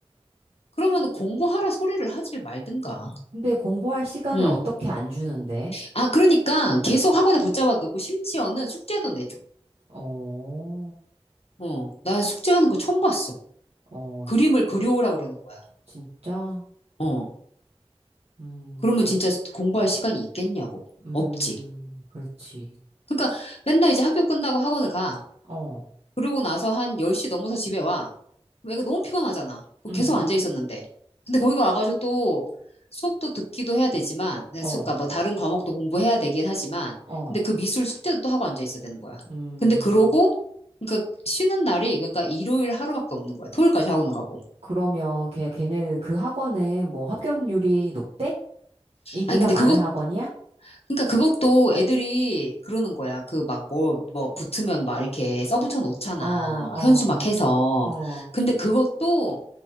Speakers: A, on the left; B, on the right.
A: 그러면 공부하라 소리를 하지 말든가.
B: 근데 공부할 시간을
A: 음.
B: 어떻게 안 주는데?
A: 아 그러니까 계속 학원에 붙잡아두고 심지어는 숙제도 내줘.
B: 어,
A: 어, 나 숙제하는 거 처음 봤어.
B: 어,
A: 그림을 그려오라 그러는 거야.
B: 진짜?
A: 어,
B: 음.
A: 그러면 진짜 공부할 시간이 있겠냐고.
B: 음,
A: 없지.
B: 그렇지.
A: 그러니까 맨날 이제 학교 끝나고 학원을 가.
B: 어,
A: 그러고 나서 한 10시 넘어서 집에 와. 그럼 애가 너무 피곤하잖아. 그럼
B: 응,
A: 계속 앉아 있었는데. 근데 거기 와가지고 또 수업도 듣기도 해야 되지만, 네,
B: 어,
A: 수, 그러니까 뭐 다른 과목도 공부해야 되긴 하지만,
B: 어,
A: 근데 그 미술 숙제도 또 하고 앉아 있어야 되는 거야.
B: 음.
A: 근데 그러고, 그러니까 쉬는 날이, 그러니까 일요일 하루밖에 없는 거야. 토요일까지 학원을 가고.
B: 그러면 걔, 걔네는 그 학원은 뭐 합격률이 높대? 인기가
A: 아니, 근데
B: 많은
A: 그것,
B: 학원이야?
A: 그러니까 그것도 애들이 그러는 거야. 그 막 뭐, 뭐 붙으면 막 이렇게 써붙여 놓잖아.
B: 어, 어,
A: 막 현수 막 해서.
B: 어,
A: 근데 그것도